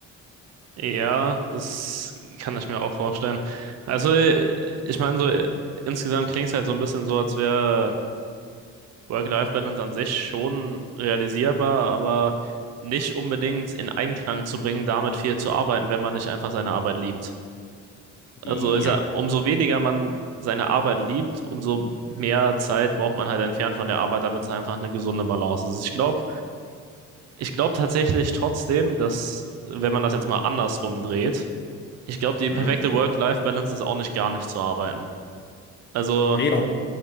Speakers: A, on the right; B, on the left.
A: ja, das kann ich mir auch vorstellen. Also, äh, ich meine, so äh, insgesamt klingt es halt so ein bisschen so, als wäre Work-Life-Balance an sich schon realisierbar, aber nicht unbedingt in Einklang zu bringen, damit viel zu arbeiten, wenn man nicht einfach seine Arbeit liebt. Also
B: Ja.
A: ist ja, umso weniger man seine Arbeit liebt, umso mehr Zeit braucht man halt entfernt von der Arbeit, damit es einfach eine gesunde Balance ist. Ich glaube, ich glaube tatsächlich trotzdem, dass, wenn man das jetzt mal andersrum dreht, ich glaube, die
B: Hm.
A: perfekte Work-Life-Balance ist auch nicht gar nicht zu arbeiten. Also,
B: Nee, auch-